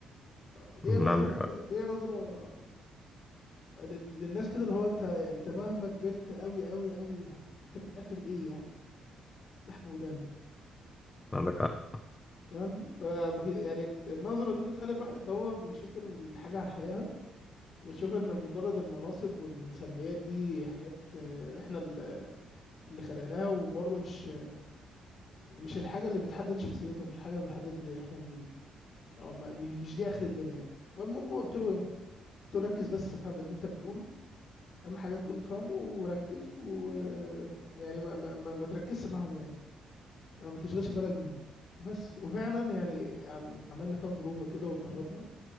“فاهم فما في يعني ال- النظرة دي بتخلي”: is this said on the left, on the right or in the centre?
Left